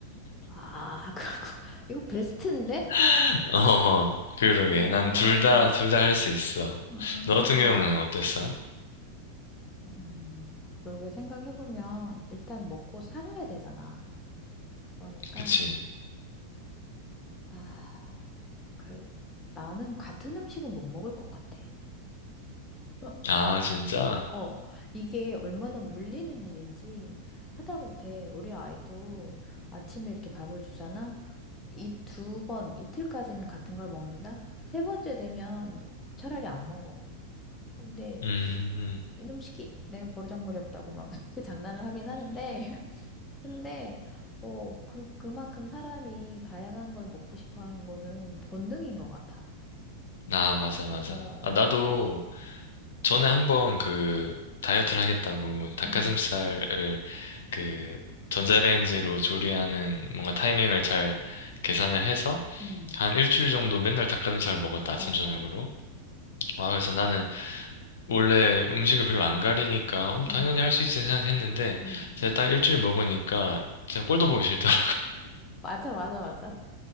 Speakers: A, on the left; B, on the left.
A: 아, <laughs> 그렇고 이거 베스트인데?
B: <laughs> 어, 그러게.
A: 어,
B: 난 둘 다, 둘 다 할 수 있어.
A: 음,
B: 너 같은 경우는 어땠어?
A: 음, 그러게 생각해보면 일단 먹고 살아야 되잖아. 그러니까,
B: 그치.
A: 아, 그, 나는 같은 음식은 못 먹을 것 같아. <laughs>
B: 아, 진짜?
A: 어, 이게 얼마나 물리는 일인지 하다못해 우리 아이도 아침에 이렇게 밥을 주잖아. 이 두 번, 이틀까지는 같은 걸 먹는다. 세 번째 되면 차라리 안 먹어. 근데
B: 음, 음. 음.
A: 이놈 시키 내가 버르장머리 없다고 막 <laughs> 그렇게 장난을 하긴 하는데 <laughs> 근데 어 그 그만큼 사람이 다양한 걸 먹고 싶어 하는 거는 본능인 것 같아.
B: 아, 맞아, 맞아.
A: 어 어,
B: 아, 나도,
A: 근데
B: 전에 한번 그 다이어트를 하겠다고 닭가슴살을
A: 음,
B: 그 전자레인지로 조리하는 뭔가 타이밍을 잘 계산을 해서
A: 음,
B: 한 일주일 정도 맨날 닭가슴살 먹었다 아침
A: 어
B: 저녁으로.
A: 어.
B: 와 그래서 나는 원래 음식을 별로 안 가리니까 어,
A: 음,
B: 당연히 할 수 있지 생각했는데
A: 음,
B: 제가 딱 일주일 먹으니까 제가 꼴도 보기 싫더라.
A: 맞아 맞아 맞아.